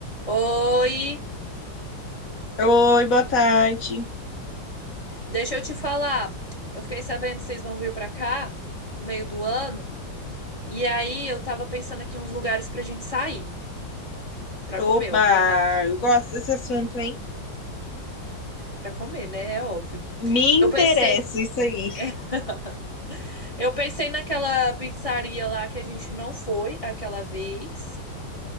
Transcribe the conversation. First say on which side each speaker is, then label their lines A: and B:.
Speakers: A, on the left; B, on the left.
A: Oi,
B: Oi, boa tarde.
A: deixa eu te falar. Eu fiquei sabendo que vocês vão vir pra cá no meio do ano, e aí eu tava pensando aqui uns lugares pra gente sair, pra
B: Opa,
A: comer, obviamente.
B: eu gosto desse assunto, hein?
A: Pra comer, né? É óbvio.
B: Me interessa
A: Eu pensei,
B: isso aí.
A: <laughs> eu pensei naquela pizzaria lá que a gente não foi aquela vez,